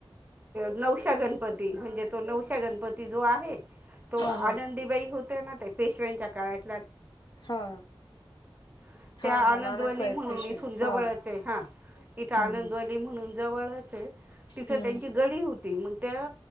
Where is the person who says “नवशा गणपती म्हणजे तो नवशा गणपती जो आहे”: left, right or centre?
Right